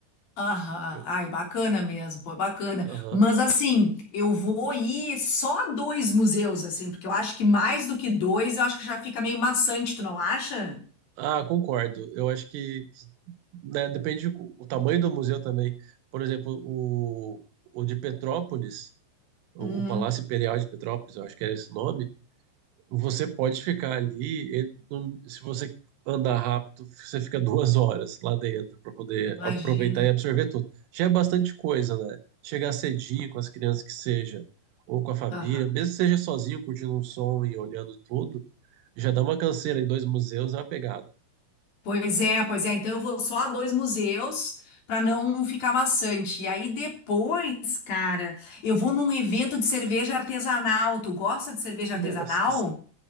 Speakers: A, on the left; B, on the right.
A: Aham,
B: Eu-
A: ai, bacana mesmo, pô, bacana.
B: aham.
A: Mas assim, eu vou ir só a dois museus, assim, porque eu acho que mais do que dois, eu acho que já fica meio maçante, tu não acha?
B: Ah, concordo. Eu acho que, que, né, depende do o tamanho do museu também. Por exemplo, o, o de Petrópolis, o,
A: Hum,
B: o Palácio Imperial de Petrópolis, eu acho que era esse o nome. Você pode ficar ali, e não- se você andar rápido, você fica duas horas lá dentro para poder
A: imagina.
B: aproveitar e absorver tudo. Já é bastante coisa, né? Chegar cedinho com as crianças que seja, ou com a família,
A: Aham.
B: mesmo que seja sozinho, curtindo um som e olhando tudo, já dá uma canseira em dois museus, é uma pegada.
A: Pois é, pois é. Então eu vou só a dois museus para não ficar maçante. E aí depois, cara, eu vou num evento de cerveja artesanal. Tu gosta de cerveja
B: Nossa
A: artesanal?